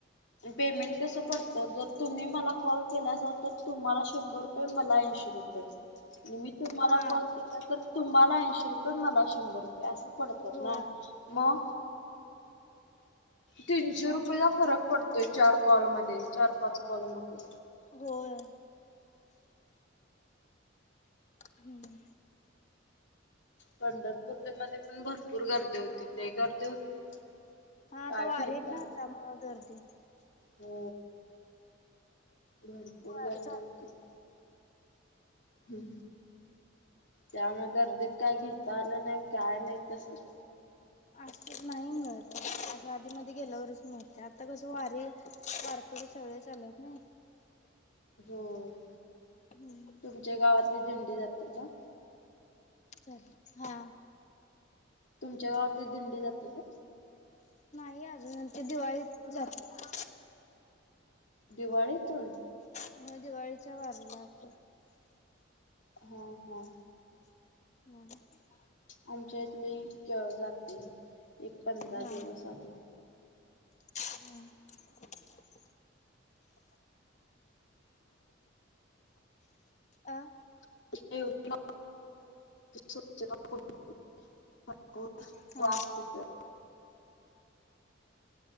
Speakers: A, on the left (about 70°); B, on the left (about 35°).
A: पेमेंट कस पडत, जर तुम्ही मला कॉल केला तर तुम्हाला शंभर मला ऐणशी रुपय आणि मी तुम्हाला
B: हा
A: कॉल केला तर, तुम्हाला ऐंशी रुपये, मला शंभर रुपये अस पडतात
B: होय
A: ना. म तीनशे
B: हा
A: रुपयेचा फरक पडतोय. चार कॉल मध्ये चार -पाच कॉल मध्ये.
B: होय. हम्म
A: पंढरपूर मध्ये पण भरपूर गर्दी होती लई गर्दी होती.
B: आता
A: काय
B: वारी
A: घेताय
B: आहेना त्यामुळे मग गर्दी
A: हो, भरपूर
B: वारी
A: गर्दी
B: चालू
A: होती. ह् त्यामुळे मग गर्दीत काय घेता आल नाही काय नाही तसच.
B: अस नाही मिळत. अस आधी मध्ये गेल्यावरच मिळतय आता कस वारीे वारकरी सगळे चालु आहेत ना.
A: होय.
B: हम्म.
A: तुमच्या गावातली दिंडी जाते काय?
B: चालेल हा
A: तुमच्या गावातली दिंडी जाते काय?
B: नाही अजून आमची दिवाळीत जाते.
A: दिवाळीतून
B: हो, दिवाळीच्या वारी ला वाटत.
A: हा हा.
B: हा
A: आमच्या इथले जातय एक पंधरा
B: हा
A: दिवस आधी.
B: हा <inaudible> आ
A: <inaudible> <unintelligible>
B: हा
A: वाचते तर